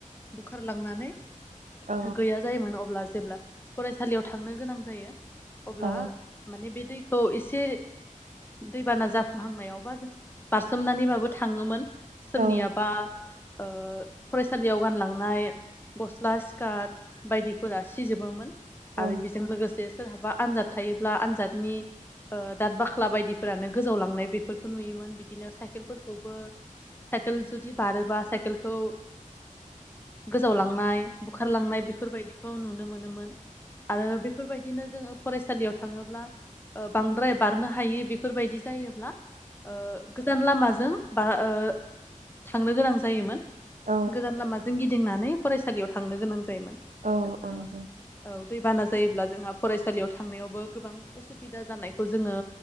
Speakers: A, on the left (about 15°); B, on the right (about 70°).
A: बुखारलांनानै
B: औ
A: गैया जायोमोन अब्ला जेब्ला फरायसालियाव थांनो गोनां जायो अब्ला
B: औ
A: माने बे दैखौ एसे दैबाना जाफुंहांनायावबा बारसोमनानैबाबो थाङोमोन सोरनियाबा
B: औ
A: ओ फरायसालियाव गानलांनाय गस्ला सि्कार्ट बायदिफोरा सिजोबोमोन
B: औ
A: आरो बिजों लोगोसे सोरहाबा आनजाद थायोब्ला आनजादनि ओ दाद बाख्ला बायदिफोरानो गोजावलांनाय बेफोर खौ नुयोमोन बिदिनो साइकेलफोरखौबो साइकेल जुदि बारोबा साइकेलखौ गोजावलांनाय बुखारलांनाय बेफोरबायदिखौ नुनो मोनोमोन आरो बेफोरबायदिनो जोङो फरायसालियाव थाङोब्ला ओ बांद्राय बारनो हायि बेफोरबायदि जायोब्ला ओ गोजान लामाजों जों बा ओ थांनो गोनां जायोमोन
B: औ
A: गोजान लामाजों गिदिं गिदिंनानै फरायसालियाव थांनो गोनां जायो जायोमोन
B: औ
A: जोंहा
B: औ नंगौ
A: औ दैबाना जायोब्ला जोंहा फरायसालियाव थांनायावबो गोबां असुबिदा जानायखौ जोङो